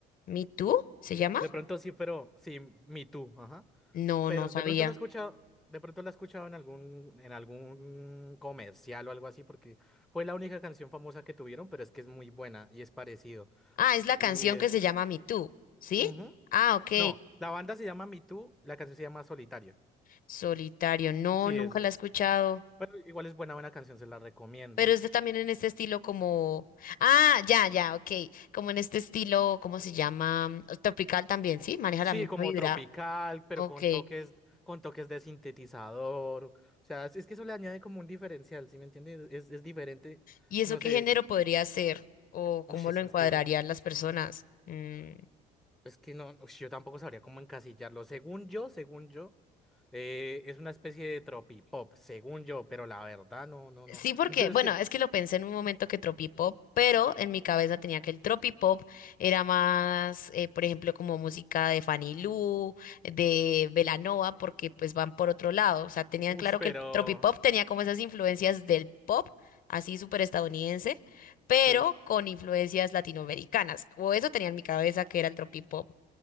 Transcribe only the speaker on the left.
¿Me Too? ¿Se llama?
No,
no sabía.
Ah, es la
canción
que se llama Me Too, ¿sí?
Ah, ok.
Solitario. No,
nunca
la he escuchado.
Pero es de también en este estilo como... Ah, ya, ya, ok. Como en este estilo, ¿cómo se llama? Mm, Tropical también, ¿sí? Maneja
la misma
vibra.
Ok.
¿Y eso
qué
género podría ser? ¿O cómo
lo encuadrarían
las personas? Mm,
Sí, porque,
bueno,
es que lo pensé en un momento que tropipop, pero en mi cabeza tenía que el tropipop era más, eh, por ejemplo, como música de Fanny Lu, de Belanova, porque pues van por otro lado. O sea, tenían
claro
que el tropipop tenía como esas influencias del pop, así súper estadounidense, pero
con influencias latinoamericanas. O eso tenía en mi cabeza que era el tropipop.